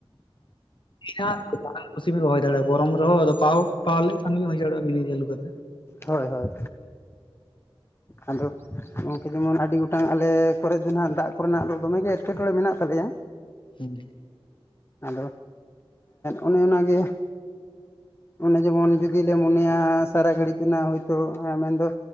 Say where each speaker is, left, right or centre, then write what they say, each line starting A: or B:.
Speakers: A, on the left; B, on the left.
A: <unintelligible> ᱠᱩᱥᱤᱢ ᱦᱩᱭ ᱫᱟᱲᱮᱭᱟᱜᱼᱟ᱾ ᱜᱚᱨᱚᱢ ᱨᱮ ᱦᱚᱸ ᱟᱫᱚ ᱯᱟᱣ ᱯᱟᱣ ᱞᱮᱠᱷᱟᱱ ᱜᱮ ᱦᱩᱭ ᱫᱟᱲᱮᱼᱟᱜᱟ ᱢᱤᱱᱤ ᱪᱟᱹᱞᱩ ᱠᱟᱛᱮᱫ᱾
B: ᱦᱳᱭ ᱦᱳᱭ ᱟᱫᱚ ᱱᱚᱝᱠᱮ ᱡᱮᱢᱚᱱ ᱟᱹᱰᱤ ᱜᱚᱴᱟᱝ ᱟᱞᱮ ᱠᱚᱨ ᱫᱚ ᱱᱟᱜ ᱫᱟᱜ ᱠᱚᱨᱮᱱᱟᱜ ᱫᱚ ᱫᱚᱢᱮᱜᱮ ᱮᱴᱠᱮᱴᱚᱬᱮ ᱢᱮᱱᱟᱜ ᱛᱟᱞᱮᱭᱟ᱾
A: ᱦᱮᱸ
B: ᱟᱫᱚ ᱚᱱᱮ ᱚᱱᱟ ᱜᱮ ᱾ ᱚᱱᱮ ᱡᱮᱢᱚᱱ ᱡᱩᱫᱤ ᱞᱮ ᱢᱚᱱᱮᱭᱟ ᱥᱟᱨᱟ ᱜᱷᱟᱹᱲᱤᱡ ᱨᱮᱱᱟᱜ ᱦᱚᱳᱭᱛᱳ ᱢᱮᱱ ᱫᱚ